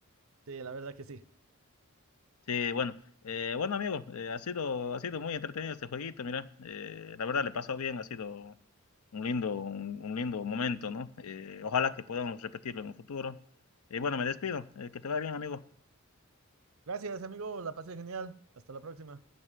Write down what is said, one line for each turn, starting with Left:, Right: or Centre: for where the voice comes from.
Right: Sí, la verdad que sí.
Left: Sí, bueno, eh, bueno amigo, eh, ha sido, ha sido muy entretenido este jueguito, mira, eh, la verdad le pasó bien, ha sido un lindo, un, un lindo momento, ¿no? Eh, ojalá que podamos repetirlo en un futuro. Y bueno, me despido, eh, que te vaya bien, amigo.
Right: Gracias, amigo. La pasé genial. Hasta la próxima.